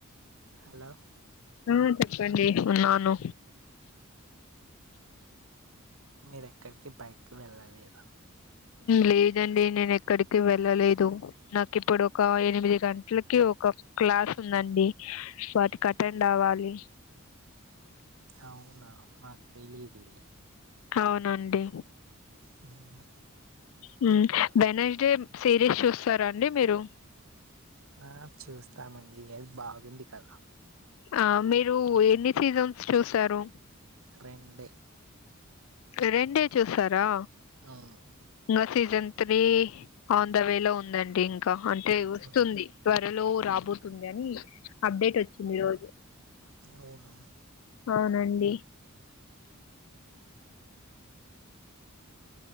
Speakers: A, on the right; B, on the left.
A: హలో
B: ఆ చెప్పండి ఉన్నాను
A: మీర్ ఎక్కడికి బైట్కీ వెళ్ళాలేదా
B: లేదండి నేను ఎక్కడికి వెళ్ళలేదు నాకు ఇప్పుడు ఒక ఎనిమిది గంటలకి ఒక క్లాస్ ఉందండి వాటికి అటెండ్ అవ్వాలి
A: అవునా మాక్ తెలిదులే
B: అవునండి
A: హుమ్
B: హుమ్ వెడ్నెస్డే సిరీస్ చూస్తారా అండి మీరు
A: ఆ చూస్తామండి ఏ బాగుంది కదా
B: ఆ మీరు ఎన్ని సీజన్స్ చూసారు
A: రెండే
B: రెండే చూసరా
A: అవును
B: ఇంకా season three on the way లో ఉందండి ఇంకా అంటే వస్తుంది
A: మ్మ్
B: త్వరలో రాబోతుంది అని అప్డేట్ వచ్చింది ఈ రోజు
A: అవును
B: అవునండి